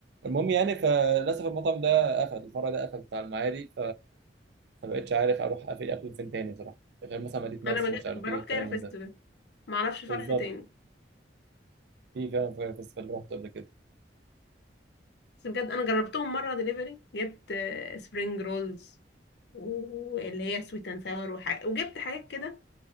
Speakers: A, on the right; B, on the left.
A: المهم يعني فللاسف المطعم ده قفل الفرع ده قفل بتاع المعادي ما بقتش عارف اروح اقفل اكل فين تاني بصراحه غير مثلا مدينه
B: انا
A: نصر
B: بج-
A: مش عارف
B: بروح
A: ايه الكلام
B: كايرو فيستيفال
A: من ده
B: ما اعرفش فرع
A: بالظبط
B: تاني
A: في فعلا فاير فيستيفال اللي رحته قبل كده
B: بس بجد انا جربتهم مره دليفري جبت سبرينج رولز واللي هي سويت اند ساور وح... وجبت حاجات كده